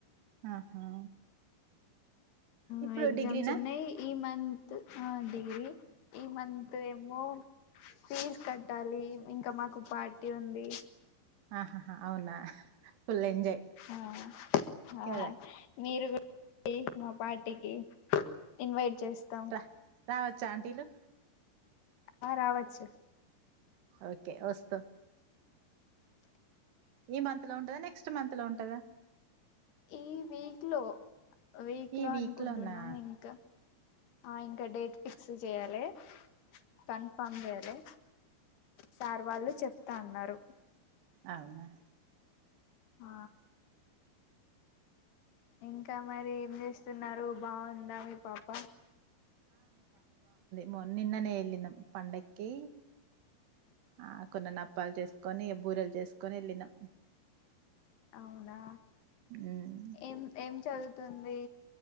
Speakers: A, on the right; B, on the left.
A: ఆహా ఇప్పుడు
B: ఆ ఎగ్జామ్స్
A: డిగ్రీనా
B: ఉన్నాయి. ఈ మంత్ త్ డిగ్రీ ఈ మంత్ ఏమో ఫీజ్ కట్టాలి ఇంకా మాకు పార్టీ ఉంది.
A: ఆహాహా అవునా ఫుల్ ఎంజాయ్
B: ఆ ఆ
A: కదా
B: మీరు మా పార్టీకి ఇన్వైట్ చేస్తాం
A: రా రావచ్చా ఆంటీలు
B: ఆ రావచ్చు
A: ఓకే వస్తాం ఈ మంత్ లో ఉంటదా నెక్స్ట్ మంత్ లో ఉంటదా
B: ఈ వీక్ లో వీక్
A: ఈ
B: లో అనుకుంటున్నాం
A: లోనా
B: ఇంకా ఆ ఇంకా డేట్ ఫిక్స్ జేయాలె కన్ఫామ్ జేయాలె సార్ వాళ్ళు చెప్ అన్నారు
A: అవున
B: ఆ ఇంకా మరి ఎం జేస్ స్తున్నారు బాగుందా మీ పాప
A: మో నిన్ననే ఎలినం పండక్కి ఆ కొన్ని నప్పాలు చేసుకొని బూరెలు చేస్ కొని ఎళ్ళినం
B: అవునా
A: ఉమ్,
B: ఏం ఏం చదువు తుంది